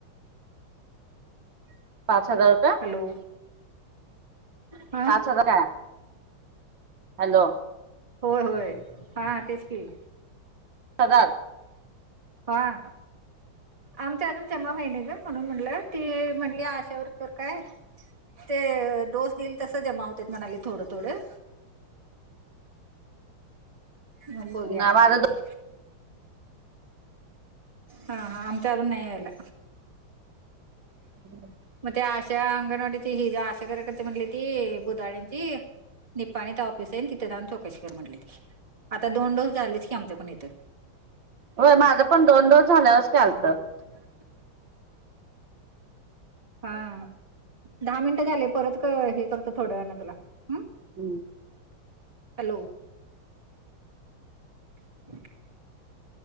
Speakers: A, on the right; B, on the right.
A: <inaudible>
B: पाच हजार का?
A: हॅलो. हा
B: पाच हजार आं. हॅलो.
A: हो होय, हा तेच की.
B: पगार?
A: हा. आमच्या अजून जमा होई नाही ग. म्हणून म्हणलं, ती म्हंली आशावर कर काय. ते, डोस दिल तसं, जमा होतेत म्हणाले थोडं- थोडं. मग बघूया.
B: ना माझं
A: काय होती. हा, हा. आमच्या अजून नाही यायला.
B: ह्.
A: मग ते आशा अंगणवाडीची हि जी ज आशा कार्यकर्ती म्हणली ती, बुधाळेंची. निपाणीत ऑफिसय न, तिथं जाऊन चौकशी कर म्हणली ती. आता दोन डोस झालंच की, आमचं पण इथं.
B: होय. माझं पण दोन डोस झालं, असे आलतं.
A: आता बघू आता काय हा. दहा मिनटं झाले. परत क हे करतं, थोड्या वेळानं तुला. अं.
B: हम्म.
A: हॅलो. <inaudible>